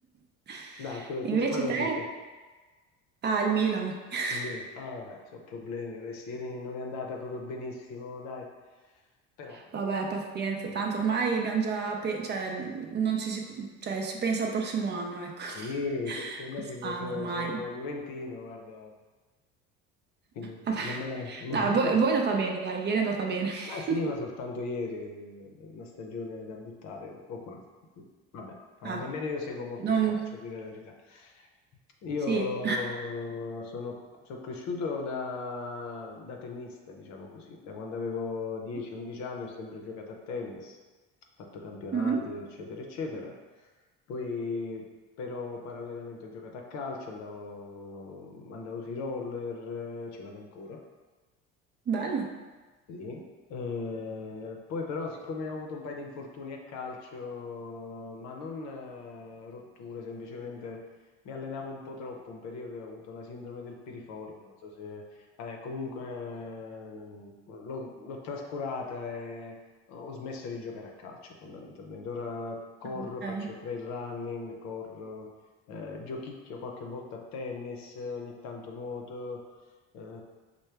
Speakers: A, on the right; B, on the left.
A: <laughs>
B: Dai, che,
A: Invece
B: che squadra
A: te?
B: tifi?
A: Ah, il Milan. <laughs>
B: Inter. Eh, vabbè, sono problemi. Questi ieri non è andata proprio benissimo, dai. Però,
A: Vabbè, pazienza, tanto ormai abbiamo già, pe- cioè, non ci si, cioè, si pensa al prossimo anno, ecco. <laughs>
B: sì, penso a me
A: Quest'anno
B: che so-
A: ormai.
B: sono, Juventino, guarda. Quindi,
A: Vabbè.
B: nemmeno... <laughs>
A: No, a voi, a voi è andata bene, dai, ieri è andata bene. <laughs>
B: Ma sì, ma soltanto ieri, eh, una stagione da buttare, o quasi. insomma. Vabbè, ma
A: Ah,
B: nemmeno io seguo molto
A: non...
B: il calcio, a dire la verità. Io
A: Sì.
B: sono, sono cresciuto da, da tennista, diciamo così. Da quando avevo 10-11
A: <laughs>
B: anni ho sempre giocato a tennis, fatto campionati,
A: Mhm,
B: eccetera, eccetera. Poi però parallelamente ho giocato a calcio, andavo, andavo sui roller, eh, ci vado ancora.
A: Bello.
B: Sì. Eh, poi però, siccome ho avuto un paio di infortuni a calcio, ma non eh, rotture, semplicemente mi allenavo un po' troppo, un periodo e ho avuto una sindrome del piriforme, non so se... vabbè, comunque eh, l'ho l'ho trascurata e ho smesso di giocare a calcio fondamentalmente. Ora corro,
A: Ok.
B: faccio trail running, corro, eh, giochicchio qualche volta a tennis, ogni tanto nuoto eh,